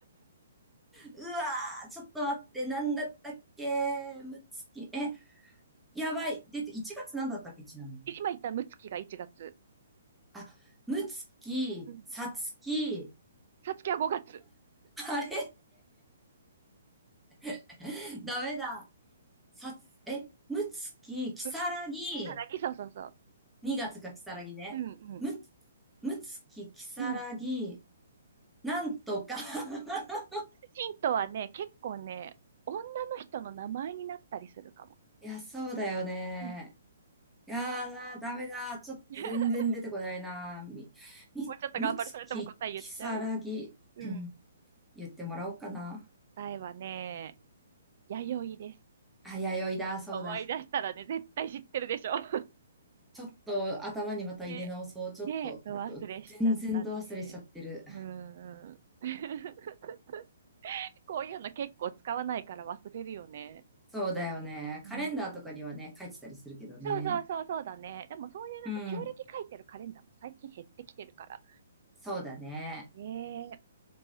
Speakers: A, in the centre; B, on the right (about 50°).
A: うわー、ちょっと待って。なんだったっけむつき。え、やばい。出て、1月なんだったっけちなみに。
B: 今言ったむつきが1月。
A: あ、むつき、
B: うん。
A: さつき。
B: さつきは5月。
A: あれ <laughs> ダメだ。さつ、え、むつき、きさらぎ、
B: うん。ひさなぎ、そうそうそう。
A: 2月かきさらぎね。
B: うんうん
A: む、むつき、きさらぎ、
B: うん。
A: なんとか <laughs>
B: ヒントはね、結構ね、他の人の名前になったりするかも。
A: いや、そうだよね。
B: うん。
A: いやーな、ダメだ。ちょっと全然出てこないな。
B: <laughs>
A: み、み、
B: もうちょっと頑張る。
A: むつき、
B: それとも答え言っちゃう
A: きさらぎ、
B: うん。
A: <clears throat> 言ってもらおうかな。
B: 答えはね、弥生です。
A: あ、弥生だ、そうだ。
B: 思い出したらね、絶対知ってるでしょ。<laughs>
A: ちょっと頭にまた入れ直そう。
B: で、
A: ちょっと、
B: で、ど忘れしちゃったね。
A: ど全然ど忘れしちゃってる。
B: うん、うん <laughs>。こういうの結構使わないから忘れるよね。
A: そうだよね。
B: うん。
A: カレンダーとかにはね、書いてたりするけどね。
B: そうそうそうそうだね。でもそういうなんか旧暦書いてるカレンダーも最近減ってきてるから。
A: うん。そうだね。
B: ええ